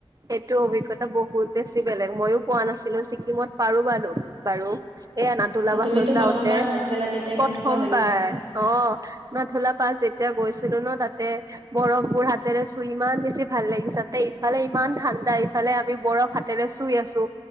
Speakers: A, on the right; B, on the right.
A: এইটো অভিজ্ঞতা বহুত বেছি বেলেগ, মইও পোৱা নাছিলো ছিকিমত পাৰো বা বাৰু এই আনা তোলা
B: অ
A: বাছত
B: তুমিতো
A: যাওঁতে,
B: প্ৰথমবাৰ পাইছিলা তেতিয়া
A: প্ৰথমবাৰ
B: কেনেকুৱা লাগিছে
A: অ'। ধোলা পাহ যেতিয়া গৈছিলোঁ ন তাতে, বৰফবোৰ হাতেৰে চুই ইমান বেছি ভাল লাগিছে তাতে ইফালে ফালে ইমান ঠাণ্ডা ইফালে আমি বৰফ হাতেৰে চুই আছোঁ,